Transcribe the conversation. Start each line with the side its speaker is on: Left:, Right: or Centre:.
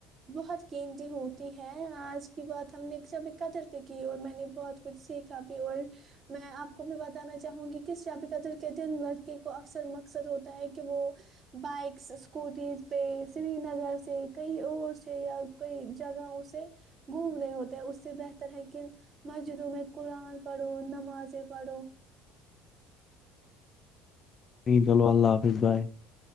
Right: بہت قیمتی ہوتی ہے آج کی بات ہم نے سبھی قدر پہ کی اور میں نے بہت کچھ سیکھا بھی اور میں آپ کو بھی بتانا چاہوں گی کس شب قدر کے دن لڑکے کو اکثر مقصد ہوتا ہے کہ وہ بائکس اسکوٹیز پہ سری نگر سے کہیں اور سے یا کئی جگہوں سے گھوم رہے ہوتے اس سے بہتر ہے کہ مسجدوں میں قرآن پڑھو آازے پڑو
Left: نہیں چلو اللہ حافظ بائے